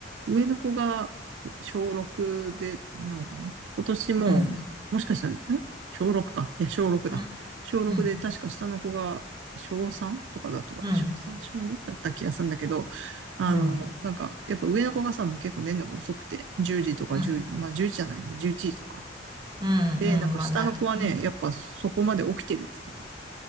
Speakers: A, on the right; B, on the right.
A: 上の子が小6で、なのかな。今年も、
B: うん。うん。
A: もしかしたら、ん小6か。いや、小6だ。
B: うん。
A: 小6で、
B: うん。
A: 確か下の子が小3とかだとか、
B: うん。
A: 小3、小2だった気がするんだけど、あの、
B: うん。
A: なんか、やっぱ上の子がさ、もう結構寝るのが遅くて、10時とか1まあ1時じじゃないね、
B: うん。
A: 11時とか。
B: うん。
A: で、なんか下の子はね、
B: うんまあなってくる。
A: やっぱそこまで起きてるっつってた。